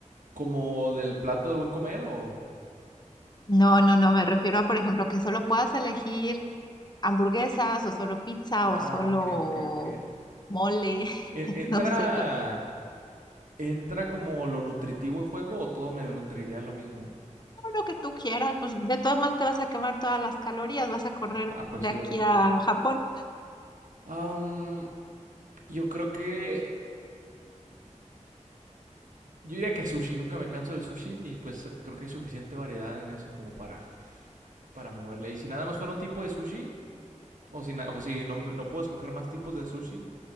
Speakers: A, on the right; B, on the left.
A: ¿Como del plato del buen comer o...?
B: No, no, no, me refiero a, por ejemplo, que solo puedas elegir hamburguesas o solo pizza
A: Ah,
B: o solo
A: ok, ok, ok. E-
B: mole,
A: ¿Entra,
B: <laughs> no sé, pero
A: entra como lo nutritivo en juego o todo me nutriría lo mismo?
B: todo lo que tú quieras, pues de todas maneras te vas a quemar todas las calorías, vas a correr
A: Ah, pues
B: de
A: sí,
B: aquí
A: ¿verdad?
B: a Japón.
A: Am, yo creo que Yo diría que sushi, nunca me canso del sushi y pues creo que hay suficiente variedad en eso como para, para moverle. Y si nada más fuera un tipo de sushi, o si, na- o si no, no puedo escoger más tipos de sushi,